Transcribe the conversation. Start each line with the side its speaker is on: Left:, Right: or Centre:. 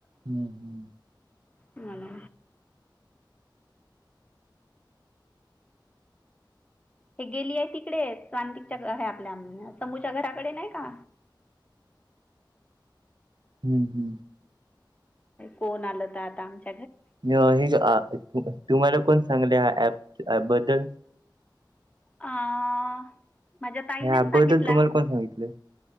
Right: हम्म -हम्म.
Left: मला हे गेली आहे तिकडे सांतिकच्या, हे आपल्या समूच्या घराकडे नाही का.
Right: हम्म- हम्म.
Left: कोण आलं तर आता म्हणजे
Right: हे तुम्हाला कोण सांगले ह्या ऍप बद्दल.
Left: आं, माझ्या ताईनंच
Right: ह्याबद्दल
Left: सांगितलं.
Right: तुम्हाला कोण सांगितलं?